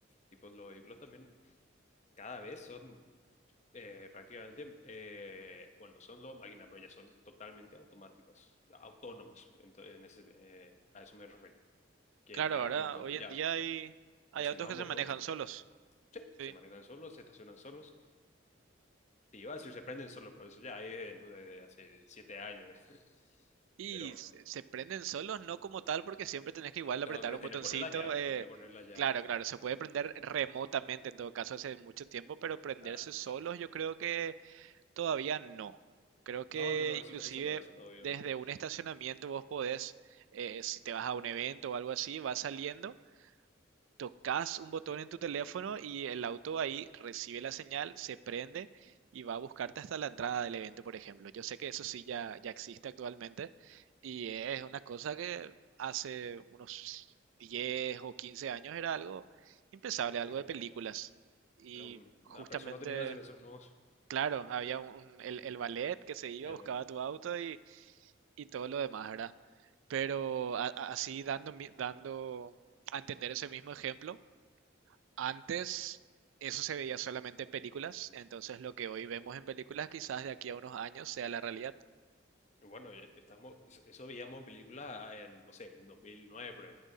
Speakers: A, on the left; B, on the right.
A: tipo, los vehículos también cada vez son eh, prácticamente, eh, bueno, son los máquinas, pero ya son totalmente automáticos, autónomos. Entonces, en ese, eh, a eso me refería. Que
B: claro,
A: llega
B: ahora,
A: un momento
B: hoy
A: donde
B: en
A: ya
B: día hay, hay
A: presionado
B: autos que
A: un
B: se
A: botón,
B: manejan solos,
A: ya está. Sí,
B: ¿sí?
A: se manejan solos, se estacionan solos. Y iba a decir, se prenden solos, pero eso ya es desde hace siete años. <laughs>
B: Y
A: pero
B: se, se prenden solos, no como tal, porque siempre tenés que igual apretar
A: no, usted
B: un
A: tiene
B: botoncito.
A: que poner la llave,
B: eh,
A: tiene que poner la llave,
B: claro,
A: sí.
B: claro, se puede prender remotamente en todo caso hace mucho tiempo, pero prenderse
A: Ah,
B: solos
A: ay.
B: yo creo que Todavía no. Creo que
A: No, no, no, eso,
B: inclusive
A: eso no, eso no, obviamente.
B: desde un estacionamiento vos podés, eh, si te vas a un evento o algo así, vas saliendo, tocas un botón en tu teléfono y el auto ahí recibe la señal, se prende y va a buscarte hasta la entrada del evento, por ejemplo. Yo sé que eso sí ya, ya existe actualmente y es una cosa que hace unos 10 o 15 años era algo impensable, algo
A: No,
B: de películas. Y
A: pero una
B: justamente
A: persona tenía que hacer eso, no.
B: Claro, había un, un- el, el ballet que se iba,
A: Es
B: buscaba
A: malo.
B: tu auto y, y todo lo demás, ¿verdad? Pero a- a- así dando, mi- dando a entender ese mismo ejemplo, antes eso se veía solamente en películas, entonces lo que hoy vemos en películas quizás de aquí a unos años sea la realidad.
A: Bueno, ya estamos, eso veíamos en película ah, en, no sé, en 2009, por ahí.